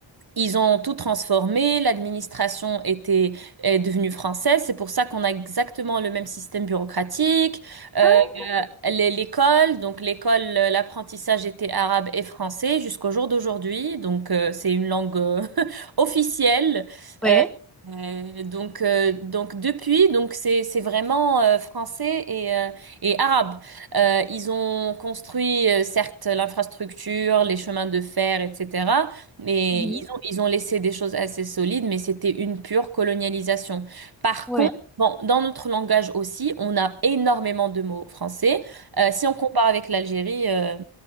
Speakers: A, on the right (about 45°); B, in the centre.
A: ils ont tout transformé, l'administration était est devenue française, c'est pour ça qu'on a exactement le même système bureaucratique. Euh,
B: Ah,
A: euh, les- l'école, donc l'école, euh, l'apprentissage était arabe et français jusqu'au jour d'aujourd'hui, donc euh, c'est une langue euh, <laughs> officielle.
B: ouais.
A: Euh, euh, donc euh, donc depuis, donc c'est c'est vraiment euh, français et euh, et arabe. Euh, ils ont construit euh, certes l'infrastructure, les chemins de fer, etc. Mais
B: Mhm.
A: ils ont, ils ont laissé des choses assez solides, mais c'était une pure colonialisation. Par
B: Ouais.
A: contre, bon, dans notre langage aussi, on a énormément de mots français. Euh, si on compare avec l'Algérie, euh,